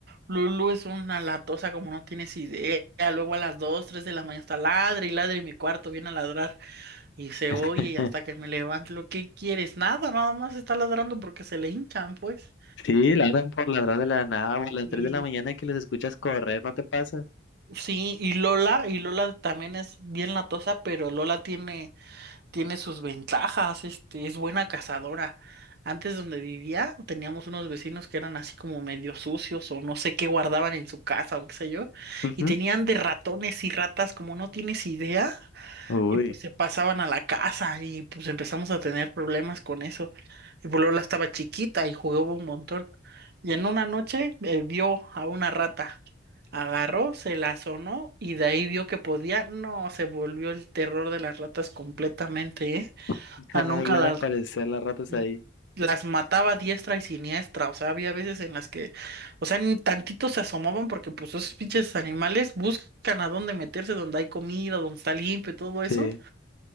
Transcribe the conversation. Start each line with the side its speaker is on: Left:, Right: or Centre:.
Right: Lulu es una latosa como no tienes idea. Luego a las 2, 3 de la mañana está ladre y ladre y mi cuarto, viene a ladrar y se oye
Left: <laughs>
Right: y hasta que me levante. ¿Lo que quieres? Nada, nada más está ladrando porque se le hinchan, pues.
Left: Sí, ladran por ladrar de la nada o a las
Right: Y
Left: 3 de la mañana que los escuchas correr, ¿no te pasa?
Right: sí, y Lola, y Lola también es bien latosa, pero Lola tiene tiene sus ventajas, este, es buena cazadora. Antes donde vivía teníamos unos vecinos que eran así como medio sucios o no sé qué guardaban en su casa o qué sé yo,
Left: Ujú.
Right: y tenían de ratones y ratas como no tienes idea.
Left: Uy,
Right: Y pues se pasaban a la casa y pues empezamos a tener problemas con eso. Y pues Lola estaba chiquita y jugaba un montón. Y en una noche eh, vio a una rata. Agarró, se la sonó y de ahí vio que podía. No, se volvió el terror de las ratas completamente, ¿eh?
Left: <laughs>
Right: O
Left: ya
Right: sea,
Left: no
Right: nunca
Left: volvieron
Right: las,
Left: a aparecer las ratas
Right: mm,
Left: ahí.
Right: las mataba a diestra y siniestra. O sea, había veces en las que, o sea, ni tantito se asomaban porque pues esos pinches animales buscan a dónde meterse, donde hay comida, donde está limpio, todo
Left: Sí.
Right: eso